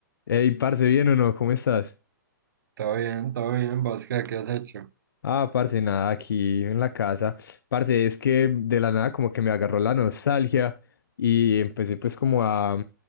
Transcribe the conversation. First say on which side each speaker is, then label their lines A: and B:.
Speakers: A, on the left; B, on the right.
A: Ey, parce, ¿bien o no? ¿Cómo estás?
B: Todo bien, todo bien, ¿vos qué, qué has hecho?
A: Ah, parce, nada, aquí en la casa. Parce, es que de la nada como que me agarró la nostalgia y empecé pues como a...